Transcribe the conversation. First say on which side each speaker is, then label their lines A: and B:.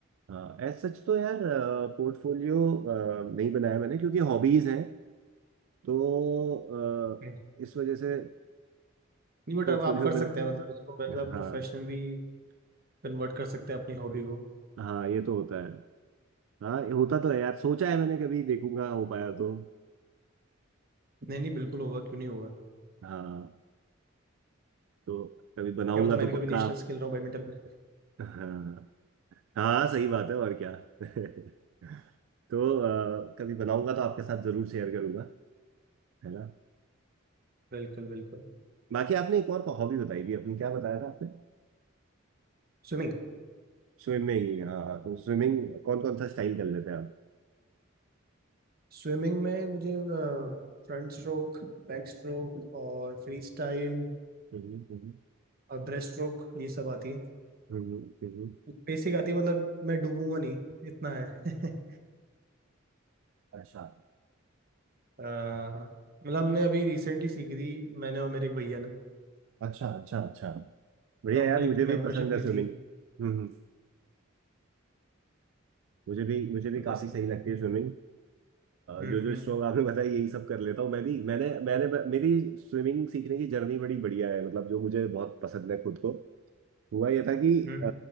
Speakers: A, on the right; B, on the right.
A: हाँ एज सच तो यार पोर्टफोलियो नहीं बनाया मैंने क्योंकि हॉबीज हैं तो अ,
B: ना
A: इस वजह से
B: नहीं बट
A: पोर्टफोलियो
B: अब आप कर सकते
A: बना
B: हैं मतलब इसको एज अ
A: हाँ
B: प्रोफेशन भी कन्वर्ट कर सकते हैं अपनी हॉबी को
A: हाँ ये तो होता है हाँ ये होता तो है यार सोचा है मैंने कभी देखूंगा हो पाया तो
B: नहीं नहीं बिल्कुल होगा क्यों नहीं होगा
A: हाँ तो कभी बनाऊंगा
B: क्या होता मैं
A: तो
B: भी कभी
A: पक्का
B: नेशनल
A: आप
B: खेल रहा हूँ बैडमिंटन में
A: हाँ हाँ सही बात है और क्या <laughs> तो अ, कभी बनाऊंगा तो आपके साथ जरूर शेयर करूंगा है ना
B: बिल्कुल बिल्कुल
A: बाकी आपने एक और हॉबी बताई थी अपनी क्या बताया था
B: स्विमिंग
A: स्विमिंग हाँ तो स्विमिंग कौन कौन सा स्टाइल कर लेते हैं आप
B: स्विमिंग में मुझे फ्रंट स्ट्रोक बैक स्ट्रोक और फ्री स्टाइल
A: हम्म, हम्म।
B: और ब्रेस्ट स्ट्रोक ये सब आती है
A: हम्म हम्म।
B: बेसिक आती है मतलब मैं डूबूंगा नहीं इतना है <laughs>
A: अच्छा
B: अ, मतलब हमने अभी रिसेंटली सीखी थी मैंने और मेरे एक भैया ने
A: अच्छा अच्छा अच्छा बढ़िया
B: तो हमने
A: यार मुझे
B: एक
A: भी
B: मेंबरशिप
A: पसंद
B: ली
A: है स्विमिंग
B: थी
A: हम्म हम्म। मुझे भी मुझे भी
B: तो
A: काफी
B: बस
A: सही लगती है स्विमिंग
B: हम्म
A: जो जो
B: हम्म
A: स्ट्रोक आपने बताया यही सब कर लेता हूँ मैं भी मैंने मैंने मेरी स्विमिंग सीखने की जर्नी बड़ी बढ़िया है मतलब जो मुझे बहुत पसंद है खुद को हुआ ये था कि
B: हम्म
A: अ,